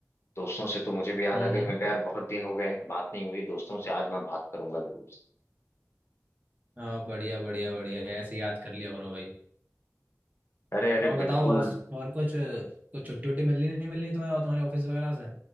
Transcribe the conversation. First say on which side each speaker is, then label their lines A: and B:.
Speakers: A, on the left (about 50°); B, on the right (about 30°).
A: दोस्तों से तो मुझे भी याद
B: हम्म
A: आ गई
B: हम्म
A: मैं कहा यार बहुत दिन हो गए बात नहीं हुई दोस्तों से आज मैं बात करूंगा जरूर से
B: हाँ बढ़िया बढ़िया बढ़िया ऐसे याद कर लिया करो भाई
A: अरे अरे
B: और बताओ
A: बिल्कुल
B: और, और कुछ कुछ छुट्टी उट्टी मिलनी नहीं मिलनी तुम्हें और तुम्हारे ऑफिस वगैरह से